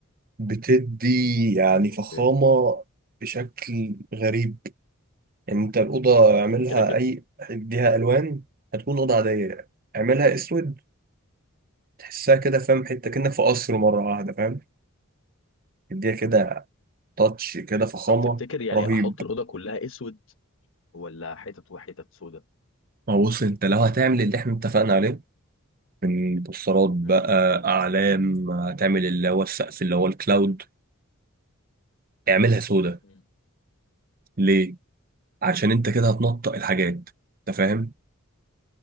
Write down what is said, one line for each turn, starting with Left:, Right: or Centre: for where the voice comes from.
Right: بتدي يعني
Left: اوكي
Right: فخامة بشكل غريب يعني انت الأوضة اعملها
Left: كده كده
Right: أي اديها ألوان هتكون أوضة عادية اعملها أسود تحسها كده فاهم حتة كأنك في قصر مرة واحدة فاهم اديها كده تاتش كده فخامة
Left: طب تفتكر يعني
Right: رهيب
Left: احط الاوضه كلها اسود ولا حتت وحتت سودا
Right: ما هو بص انت لو هتعمل اللي احنا اتفقنا عليه من بوسترات بقى
Left: مم.
Right: أعلام هتعمل اللي هو السقف اللي هو الكلاود اعملها سودا
Left: مم.
Right: ليه؟ عشان انت كده هتنطق الحاجات انت فاهم؟